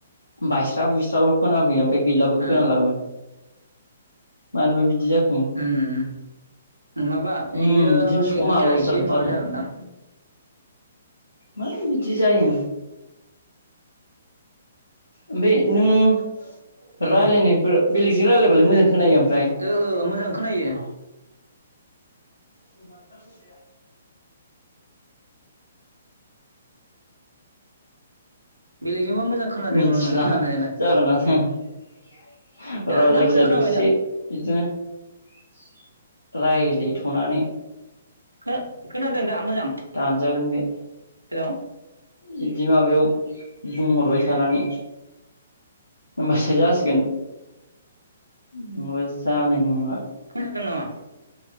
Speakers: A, on the left; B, on the right.
A: बायस्रा बुइस्राल' खोनाफैयो ओमफाय गैलाबो
B: ओ
A: खोनालाबो। मानोबा बिदि जाखो
B: उम माबा
A: उम
B: ओइयो
A: बिदिनो
B: नेटनि
A: समा
B: थाखाय
A: लस
B: एसे
A: जागोनथ'
B: माबा
A: आरो
B: जागोनदां।
A: मानो बिदि जायो। ओमफ्राय नों राय्लायनायफोरा
B: औ
A: बेलेगजों रायलायबालाय मोजां खोनायो ओमफ्राय।
B: ओ मोजां खोनायो।
A: <unintelligible>
B: बेलगजोंबा मोजां खोनादों
A: मिथिला
B: आंना खोनानायालाय
A: जागोना जाया
B: दा
A: र'
B: दा
A: जायखिजाया
B: मोजां खोनाबाय
A: दसे
B: नों
A: बिदिनो राय्लायथ'नानै
B: खो-खोनादों दा मोजां?
A: दानजागोन बे।
B: हेल'
A: बिदि माबायाव बुंहरबाय थानानै होमबासो जासिगोन नङाबा जानाय नंला‌।
B: खोनादों नामा?